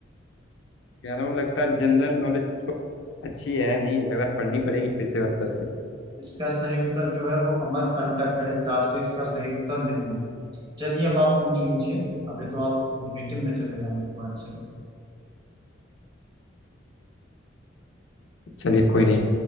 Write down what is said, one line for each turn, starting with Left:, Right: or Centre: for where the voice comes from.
Left: कह रहा हूँ लगता है जनरल नॉलेज मुझको अच्छी है नहीं लग रहा है पढ़नी पड़ेगी फिर से वापस से
Right: इसका सही उत्तर जो है वो अमरकंटक है इटारसी इसका सही उत्तर नहीं है चलिए अब आप पूछ लीजिए अभी तो आप निगेटिव में चले गए पॉइंट से
Left: चलिए कोई नहीं